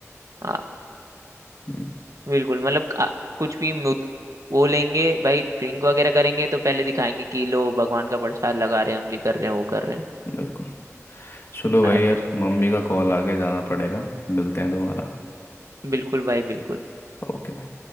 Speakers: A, on the right (about 85°); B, on the left (about 55°).
A: हाँ
B: हम्म,
A: बिल्कुल मतलब आ, कुछ भी मुद बोलेंगे भाई ड्रिंक वगैरह करेंगे तो पहले दिखाएंगे कि लो भगवान का प्रसाद लगा रहे हैं हम ये कर रहे हैं वो कर रहे हैं
B: बिल्कुल चलो भाई
A: अरे
B: यार मम्मी का कॉल आ गया जाना पड़ेगा मिलते हैं दोबारा
A: बिल्कुल भाई बिल्कुल
B: ओके भाई